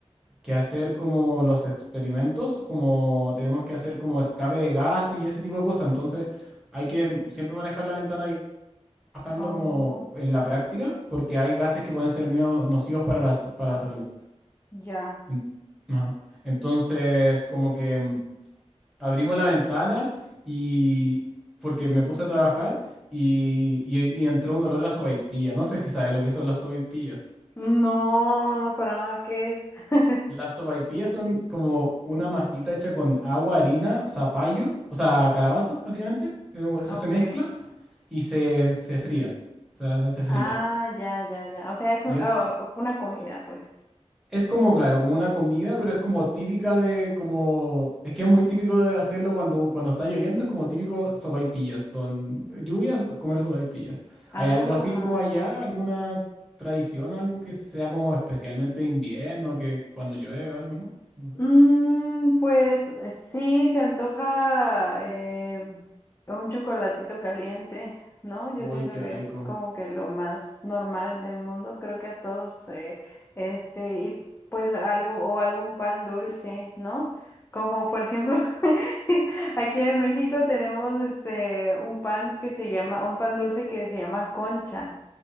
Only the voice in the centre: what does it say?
que hacer como los experimentos, como tenemos que hacer como escape de gases y ese tipo de cosas. Entonces, hay que siempre manejar la ventana abierta trabajando
como en la práctica, porque hay gases que pueden ser medio nocivos para la, para la salud.
En- ajá. Entonces, como que mm, abrimos la ventana y porque me puse a trabajar y, y- y entró un olor a sopaipilla. No sé si sabes lo que son las sopaipillas.
Las sopaipillas son como una masita hecha con agua, harina, zapallo, o sea, calabaza, básicamente. Eh, Eso
se mezcla y se, se fría, o sea, se hace frita.
Y
es,
Es como, claro, como una comida, pero es como típica de, como, es que es muy típico de hacerlo cuando, cuando está lloviendo, es como típico sopaipillas, con lluvias, comer sopaipillas.
¿Hay algo así como allá, alguna tradición, algo que sea como especialmente de invierno, que cuando llueve o algo, ¿no? No sé.
Uy,
qué
rico.